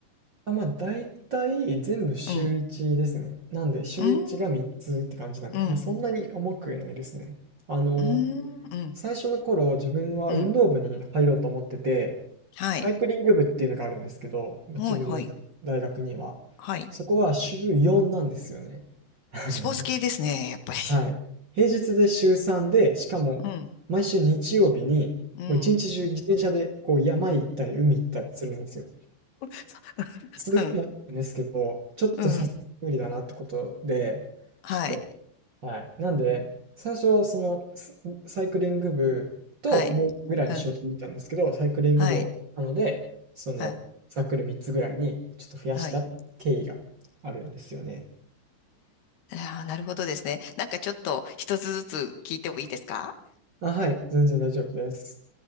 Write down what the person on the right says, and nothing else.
あ、まあ、大体全部週1ですね。
なんで、週1が3つって感じなんで、
まあ、そんなに重くないですね。あの、
最初の頃、自分は運動部に入ろうと思ってて、
サイクリング部っていうのがあるんですけど、自分の学大学には。
そこは週4なんですよね。<laughs> あの、
はい。平日で週3で、しかも、
毎週日曜日に、
もう一日中自転車でこう山行ったり海行ったりするんですよ。
すごい迷ったんですけど、ちょっとさすがに無理だなってことで、
ちょっと、はい。なんで、最初、その、スサイクリング部ともう1個ぐらいにしようと思ったんですけど、
サイクリング部を、
なので、その、
サークル3つぐらいにちょっと増やした経緯があるんですよね。
あ、はい、全然大丈夫です。